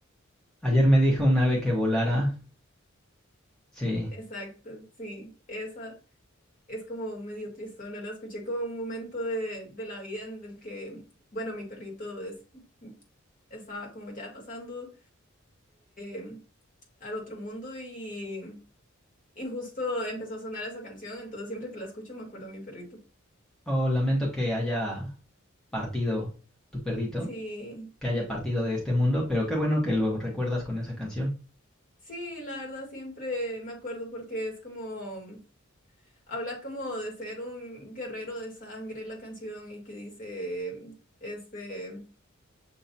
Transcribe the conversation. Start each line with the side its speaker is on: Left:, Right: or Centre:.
Centre: Ayer me dijo un ave que volara. Sí.
Left: Exacto, sí. Esa es como medio tristona. La escuché como un momento de, de la vida en el que, bueno, mi perrito es, estaba como ya pasando em, al otro mundo y Y justo empezó a sonar esa canción, entonces siempre que la escucho me acuerdo de mi perrito.
Centre: Oh, lamento que haya partido tu perrito.
Left: Sí,
Centre: que haya partido de este mundo, pero qué bueno que lo recuerdas con esa canción.
Left: sí, la verdad siempre me acuerdo porque es como, habla como de ser un guerrero de sangre la canción y que dice, este,